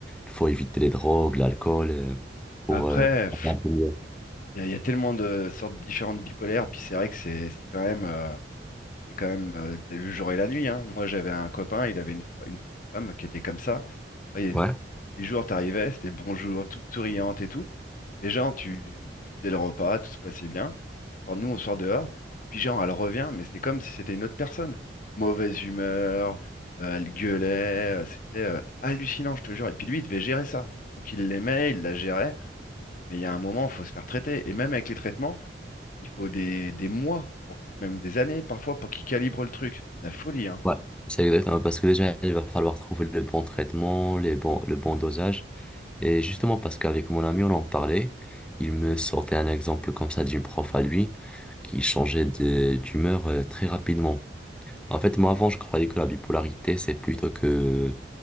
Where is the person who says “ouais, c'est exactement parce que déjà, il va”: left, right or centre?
Centre